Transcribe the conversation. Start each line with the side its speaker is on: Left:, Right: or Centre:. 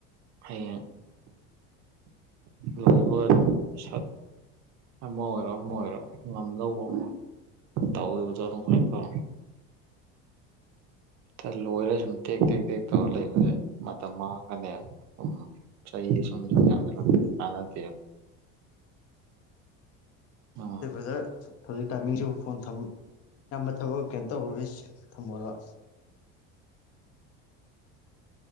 Right: ꯍꯌꯦꯡ ꯂꯣꯏꯕꯒ ꯑꯗꯨꯝ ꯁꯠ ꯑꯃ ꯑꯣꯏꯔꯣ ꯑꯃ ꯑꯣꯏꯔꯣ ꯉꯝꯗꯧꯕ ꯑꯃ ꯇꯧꯒꯤꯕꯗꯣ ꯑꯗꯨꯅ ꯈꯋꯥꯏ ꯐꯔꯦ꯫ ꯇ ꯂꯣꯏꯔ ꯁꯨꯝ ꯇꯦꯛ ꯇꯦꯛ ꯇꯦꯛ ꯇꯧꯔ ꯂꯩꯕꯖꯦ ꯃꯇꯝ ꯃꯥꯡꯉꯒꯅꯦ ꯁꯨꯝ ꯆꯍꯤ ꯁꯨꯝ ꯁꯨꯝ ꯌꯥꯝꯖꯤꯜꯂꯛꯀꯅꯤ ꯀꯥꯟꯅꯗꯦꯕ꯫ ꯎꯝ
Left: ꯑ ꯕ꯭ꯔꯗꯔ ꯍꯧꯖꯤꯛ ꯇꯥꯏꯃꯤꯡꯁꯤꯕꯨ ꯐꯣꯟ ꯊꯝ ꯑꯌꯥꯝꯕ ꯊꯕꯛ ꯀꯩꯅꯣ ꯇꯧꯔꯔꯤ ꯆꯤꯟ ꯊꯝꯃꯣꯔꯣ?